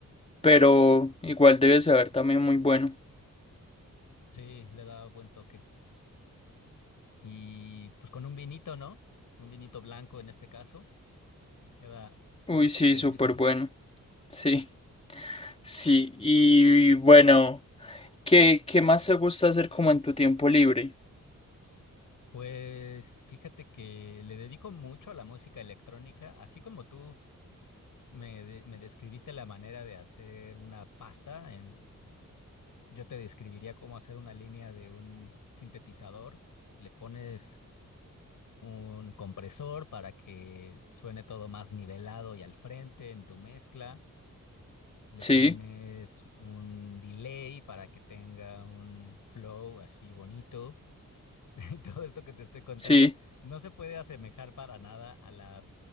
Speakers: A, on the left (about 20°); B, on the left (about 80°).
A: pero igual debe saber también muy bueno.
B: Sí, le da buen toque. Y pues con un vinito, ¿no? Un vinito blanco en este caso Queda
A: Uy,
B: ah,
A: sí,
B: preciso.
A: súper bueno, sí. Sí, y bueno, ¿qué, qué más te gusta hacer como en tu tiempo libre?
B: Pues fíjate que le dedico mucho a la música electrónica, así como tú me, de- me describiste la manera de hacer una pasta, en- yo te describiría cómo hacer una línea de un sintetizador. Le pones un compresor para que suene todo más nivelado y al frente en tu mezcla. Le
A: Sí,
B: pones un delay para que tenga un flow así bonito. <laughs> Y todo esto que te estoy contando
A: sí,
B: no se puede asemejar para nada a la,